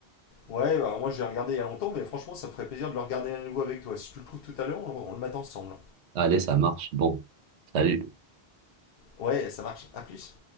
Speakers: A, on the left (about 65°); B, on the right (about 85°).
A: Ouais, alors moi j'ai regardé il y a longtemps, mais franchement ça me ferait plaisir de le regarder à nouveau avec toi. Si tu le trouves tout à l'heure, on, on le mate ensemble.
B: Allez, ça marche. Bon, salut.
A: Ouais, ça marche. À plus.